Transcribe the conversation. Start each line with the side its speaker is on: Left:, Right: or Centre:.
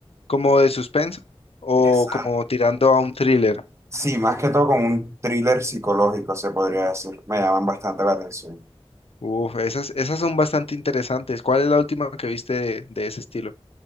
Left: ¿Como de suspenso o
Right: Esa.
Left: como tirando a un thriller?
Right: Sí, más que todo como un thriller psicológico, se podría decir. Me llaman bastante la atención.
Left: Uf, esas, esas son bastante interesantes. ¿Cuál es la última que viste de, de ese estilo?